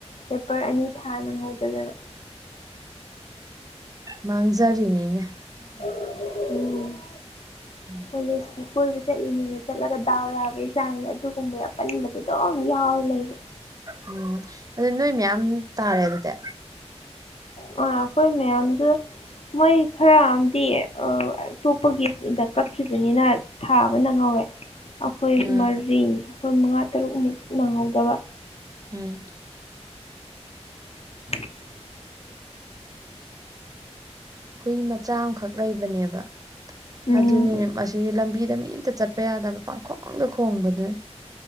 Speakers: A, on the left; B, on the right.
A: ꯄꯦꯄꯔ ꯑꯅꯤ ꯊꯥ ꯅꯪꯍꯧꯗꯗꯅ
B: ꯃꯥꯡꯖꯔꯤꯅꯤꯅꯦ
A: ꯎꯝ
B: <unintelligible>
A: ꯀꯣꯂꯦꯖꯀꯤ ꯀꯣꯏꯕ ꯆꯠꯂꯤꯅꯦꯅ ꯆꯠꯂꯒ ꯇꯥꯎ ꯌꯥꯕꯒꯤ ꯆꯥꯡꯖꯦ ꯑꯗꯨꯒꯨꯝꯕꯗ ꯑꯄꯟꯕꯗ ꯑꯗꯨꯝ ꯌꯥꯎꯔ ꯂꯩꯕ꯫
B: ꯎꯝ ꯑꯗꯨ ꯅꯣꯏ ꯃꯌꯥꯝ ꯇꯥꯔꯦ ꯑꯗꯨꯗꯤ
A: ꯑ ꯑꯈꯣꯏ ꯃꯌꯥꯝꯗ ꯃꯣꯏ ꯈꯔ ꯑꯝꯗꯤ ꯑꯥ ꯑꯇꯣ ꯄꯒꯤ ꯗ ꯀꯛꯈꯤꯕꯅꯤꯅ ꯊꯥꯕ ꯅꯪꯍꯧꯋꯦ ꯑꯈꯣꯏ
B: ꯎꯝ
A: ꯃꯔꯤ ꯑꯈꯣꯏ ꯃꯉꯥ ꯇꯔꯨꯛꯃꯨꯛ ꯅꯪꯍꯧꯗꯕ꯫
B: ꯎꯝ
A: <unintelligible>
B: ꯍꯨꯏ ꯃꯆꯥ ꯑꯝꯈꯛ ꯂꯩꯕꯅꯦꯕ
A: ꯎꯝ
B: ꯑꯗꯨꯅꯦ ꯃꯁ ꯂꯝꯕꯤꯗ ꯃꯤ ꯑꯝꯇ ꯆꯠꯄ ꯌꯥꯗꯕ ꯄꯪꯈꯣꯡꯗ ꯈꯣꯡꯕꯗꯨ